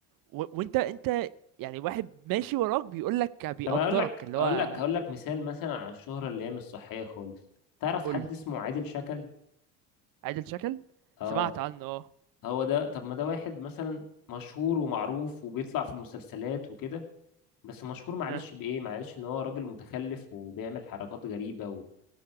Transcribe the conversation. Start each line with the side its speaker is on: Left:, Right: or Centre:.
Right: و... وانت انت يعني واحد ماشي وراك بيقول لك بيقدرك
Left: طب اقول لك
Right: اللي
Left: اقول
Right: هو
Left: لك هقول لك مثال مثلا على الشهرة اللي هي مش صحية خالص تعرف
Right: قول
Left: حد اسمه عادل شكل
Right: عادل شكل
Left: اه
Right: سمعت عنه اه
Left: هو ده طب ما ده واحد مثلا مشهور ومعروف وبيطلع في مسلسلات وكده بس مشهور معلش
Right: اه.
Left: بإيه معلش ان هو راجل متخلف وبيعمل حركات غريبة و...